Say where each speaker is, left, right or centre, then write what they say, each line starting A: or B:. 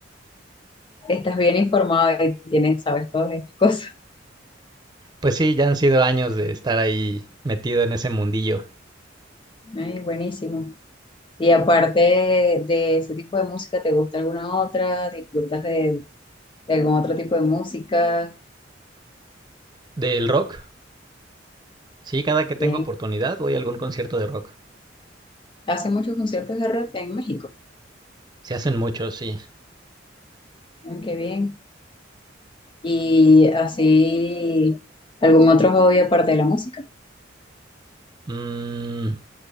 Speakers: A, on the left; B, on the right.
A: estás bien informado y tienes, sabes todas estas cosas.
B: Pues sí, ya han sido años de estar ahí metido en ese mundillo
A: Ay, buenísimo. Y aparte de ese tipo de música, ¿te gusta alguna otra? ¿Disfrutas de, de algún otro tipo de música?
B: del rock. Sí, cada que tengo
A: Bien.
B: oportunidad voy a algún concierto de rock.
A: Hace muchos conciertos de rock en México.
B: Se hacen muchos, sí.
A: Mm, Qué bien. Y así, ¿algún otro hobby aparte de la música?
B: Mm,